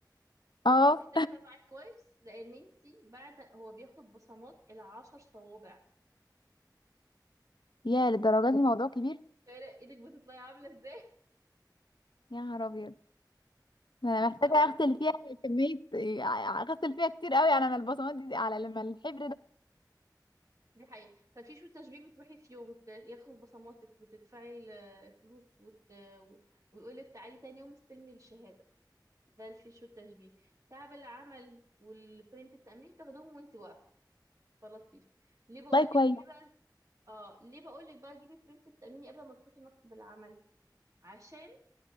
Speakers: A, on the left; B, on the right.
A: اه
B: انتي بتحتاجي بقى معاكي وايبس لان انتي بعد هو بياخد بصمات العشر صوابع
A: يا
B: انتي
A: للدرجة دي الموضوع كبير
B: متخيلة ايدك بتطلعي عاملة ازاي
A: يا نهار ابيض ده انا محتاجه
B: <laughs> اه
A: اغسل فيها كميه اغسل فيها كتير قوي على ما البصمات دي على لما الحبر
B: دي حقيقة ففي شو تشبيه بتروحي في يوم ت- ياخد بصماتك وتدفعي ال- الفلوس وت... و- ويقولك تعالي تاني يوم استلمي الشهادة ده في شو التشبيه تعب العمل والبرنت التأمين تاخدهم وانت واقفة فلطيف ليه بقولك
A: والله كويس
B: جيبي بقى اه ليه بقولك بقى جيبي برنت التأميني قبل ما تروحي مكتب العمل عشان